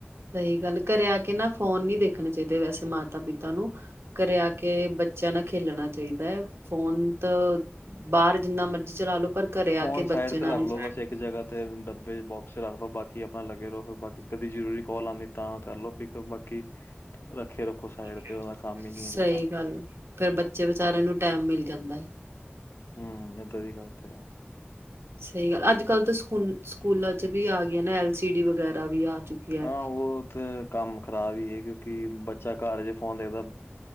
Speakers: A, on the right; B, on the left.
A: ਸਹੀ ਗੱਲ ਐ, ਘਰੇ ਆ ਕੇ ਨਾ ਫੋਨ ਨਹੀਂ ਦੇਖਣੇ ਚਾਹੀਦੇ ਵੈਸੇ ਮਾਤਾ-ਪਿਤਾ ਨੂੰ। ਘਰੇ ਆ ਕੇ ਬੱਚਿਆਂ ਨਾਲ ਖੇਲਣਾ ਚਾਹੀਦਾ ਹੈ ਫੋਨ ਤਾਂ ਬਾਹਰ ਜਿੰਨਾ ਮਰਜ਼ੀ ਚਲਾ ਲੋ ਪਰ ਘਰੇ ਆ
B: ਫੋਨ
A: ਕੇ
B: ਸਾਈਡ
A: ਬੱਚੇ
B: ਤੇ
A: ਨਾਲ
B: ਰੱਖ
A: ਹੂੰ
B: ਲੋ ਬਸ ਇੱਕ ਜਗ੍ਹਾ ਤੇ ਡੱਬੇ ਬੋਕ ਰੱਖ ਲੋ ਬਾਕੀ ਆਪਣਾ ਲੱਗੇ ਰਹੋ ਫਿਰ ਬਾਕੀ ਕਦੇ ਜਰੂਰੀ ਕਾਲ ਆਉਂਦੀ ਤਾਂ ਕਰਲੋ ਇਕ ਬਾਕੀ ਰੱਖੇ ਰੱਖੋ। ਸਾਈਡ
A: ਰੱਖੇ
B: ਤੇ
A: ਰੱਖੋ
B: ਉਹਦਾ ਕੰਮ
A: ਫੋਨ,
B: ਹੀ ਨਹੀਂ
A: ਸਹੀ
B: ਹੈ ਕੁਛ ਵੀ
A: ਗੱਲ ਫੇਰ ਬੱਚੇ ਵਿਚਾਰਿਆਂ ਨੂੰ ਟੈਮ ਮਿਲ ਜਾਂਦਾ ਹੈ।
B: ਹਮ, ਤੁਸੀ ਗਲਤ ਹੈ
A: ਸਹੀ ਗੱਲ, ਅੱਜ ਕੱਲ ਤਾਂ ਸਕੂ ਸਕੂਲਾਂ ਚ ਵੀ ਆ ਗਈ ਨਾ ਐਲ ਸੀ ਡੀ ਵਗੈਰਾ ਵੀ ਆ ਚੁੱਕੀ ਹੈ
B: ਹਾਂ ਉਹ ਤੇ ਕੰਮ ਖ਼ਰਾਬ ਹੀ ਹੈ ਕਿਉਂਕਿ ਬੱਚਾ ਘਰ ਜੇ ਫੋਨ ਦੇਖਦਾ